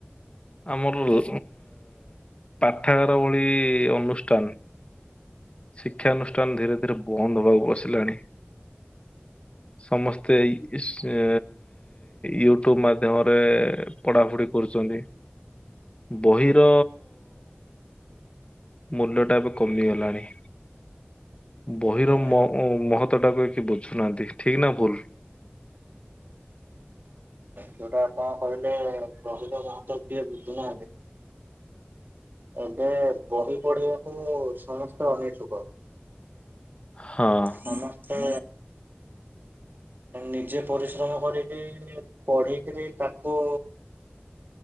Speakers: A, on the left (about 30°); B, on the right (about 55°).
A: ଆମର ଉଁ ପାଠାଗାର ଭଳି ଅନୁଷ୍ଠାନ ଶିକ୍ଷାନୁଷ୍ଠାନ ଧୀରେ ଧୀରେ ବନ୍ଦ ହବାକୁ ବସିଲାଣି। ସମସ୍ତେ ଇସ୍ ଉଁ ୟୁଟ୍ୟୁବ ମାଧ୍ୟମରେ ପଢ଼ାପଢ଼ି କରୁଛନ୍ତି। ବହିର ମୂଲ୍ୟଟା ଏବେ କମିଗଲାଣି। ବହିର
B: ଭାଇ
A: ମ-ମହତ ଟା ଏବେ କେହି ବୁଝୁନାହାନ୍ତି ଠିକ ନା ଭୁଲ?
B: ମହତ ଟା କଣ କହିଲେ ବହିର ମହତ କିଏ ବୁଝୁନାହାନ୍ତି। ଏବେ ବହି ପଢିବାକୁ ସମସ୍ତେ ଅନିଚ୍ଛୁକ।
A: ହଁ।
B: ସମସ୍ତେ ନିଜେ ପରିଶ୍ରମ କରିକି ପଢିକରି ତାକୁ